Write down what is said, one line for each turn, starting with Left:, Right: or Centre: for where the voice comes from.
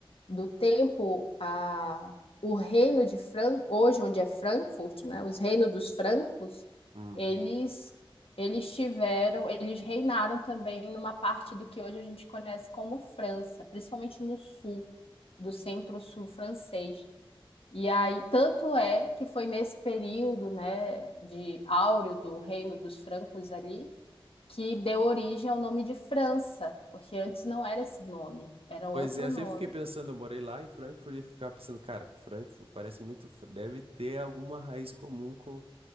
Left: do tempo, a, o reino de Fran, hoje onde é Frankfurt, né, os reinos dos francos,
Right: Uhum.
Left: eles, eles tiveram, eles reinaram também numa parte do que hoje a gente conhece como França, principalmente no sul, do centro-sul francês. E aí, tanto é que foi nesse período, né, de áureo do reino dos francos ali, que deu origem ao nome de França, porque antes não era esse nome, era outro
Right: Pois é, eu
Left: nome.
Right: sempre fiquei pensando, eu morei lá em Frankfurt e ficava pensando, cara, Frankfurt parece muito, fr- deve ter alguma raiz comum com,